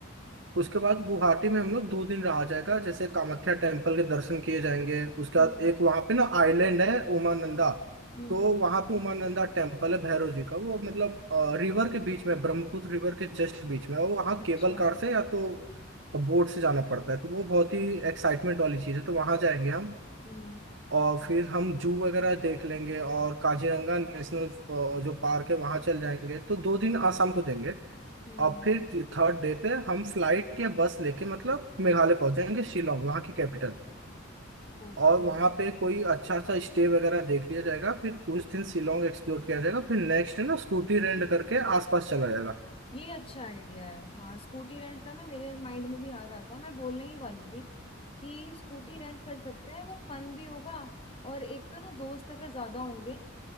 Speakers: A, on the right (about 60°); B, on the left (about 30°).
A: उसके बाद गुवाहाटी में हम लोग दो दिन रहा जाएगा जैसे कामाख्या टेम्पल के दर्शन किए जाएंगे उसके
B: हम्म
A: बाद एक वहां पे ना आइलैंड है उमानंदा
B: हम्म
A: तो
B: हम्म,
A: वहां पे उमानंदा टेम्पल है भैरव जी का वो मतलब रिवर के बीच में ब्रह्मपुत्र रिवर के जस्ट बीच में है। वो वहाँ
B: अच्छा
A: केबल कार से या तो बोट से जाना पड़ता है तो वो बहुत ही एक्साइटमेंट वाली चीज है तो वहां जाएंगे हम
B: हम्म
A: और फिर हम जू वगैरह देख लेंगे और काजीरंगा नेशनल अ, जो पार्क है वहां चल जाएंगे तो दो दिन आसाम को देंगे
B: हम्म
A: और फिर थर्ड डे पे हम फ्लाइट या बस लेके मतलब मेघालय पहुंच जाएंगे शिलोंग वहाँ की कैपिटल
B: ओके
A: और वहाँ पे कोई अच्छा सा स्टे वगैरह देख लिया जाएगा फिर उस दिन शिलोंग एक्सप्लोर किया जाएगा फिर नेक्स्ट डे ना स्कूटी रेंट करके आसपास चला जाएगा
B: ये अच्छा आइडिया है हाँ स्कूटी रेंट का ना मेरे माइंड में भी आ रहा था मैं बोलने ही वाली थी कि स्कूटी रेंट कर सकते हैं वो फन भी होगा और एक तो ना दोस्त अगर ज्यादा होंगे